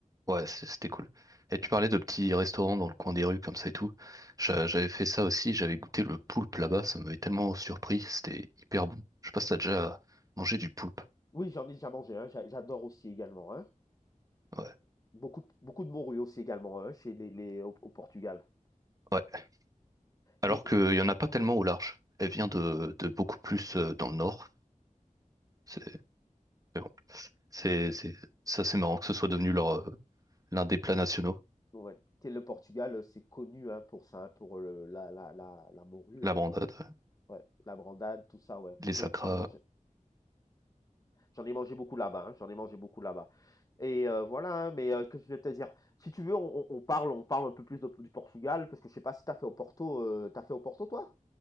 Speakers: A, on the right; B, on the left.
A: Ouais, c- c'était cool. Et tu parlais de petits restaurants dans le coin des rues comme ça et tout. J'a- J'avais fait ça aussi, j'avais goûté le poulpe là-bas, ça m'avait tellement surpris, c'était hyper bon. Je sais pas si t'as déjà mangé du poulpe.
B: Oui, j'en ai déjà mangé un. j'a- J'adore aussi également un.
A: Ouais.
B: Beaucoup, de- beaucoup de morue aussi également un chez les, les- au, au Portugal.
A: Ouais. Alors
B: Et
A: qu'il y en a pas tellement au large. Elle vient de, de beaucoup plus euh, dans le nord. C'est mais bon. c'est c'est- ça c'est marrant que ce soit devenu leur euh, l'un des plats nationaux,
B: ouais, t'es le Portugal, euh, c'est connu hein, pour ça, hein, pour le, la, la, la, la morue,
A: la
B: euh,
A: brandade, ouais.
B: ouais, la brandade, tout ça, ouais.
A: les
B: J'ai-
A: sacras.
B: J'en ai mangé, j'en ai mangé beaucoup là-bas. hein, j'en ai mangé beaucoup là-bas. Et euh, voilà. hein, mais euh, que je vais te dire, si tu veux, on, on on parle, on parle un peu plus de- du Portugal parce que je sais pas si t'as fait au Porto, euh, t'as fait au Porto toi?